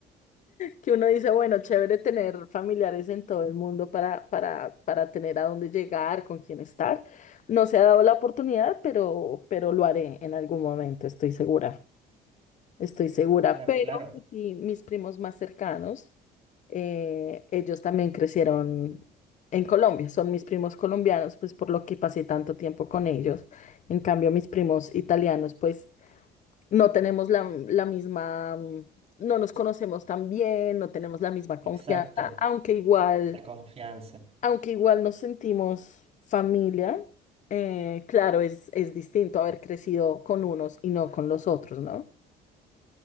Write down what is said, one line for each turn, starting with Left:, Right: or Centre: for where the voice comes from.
Left: que uno dice, bueno, chévere tener familiares en todo el mundo para, para, para tener a dónde llegar, con quién estar. No se ha dado la oportunidad, pero, pero lo haré en algún momento, estoy segura. Estoy segura,
Right: Claro,
Left: pero
Right: claro.
Left: sí, mis primos más cercanos. eh, ellos también crecieron en Colombia, son mis primos colombianos, pues por lo que pasé tanto tiempo con ellos. En cambio, mis primos italianos, pues no tenemos la, la misma, mm, no nos conocemos tan bien, no tenemos la misma confianza,
Right: Exacto.
Left: aunque igual,
Right: La confianza.
Left: aunque igual nos sentimos familia. eh, claro, es, es distinto haber crecido con unos y no con los otros, ¿no?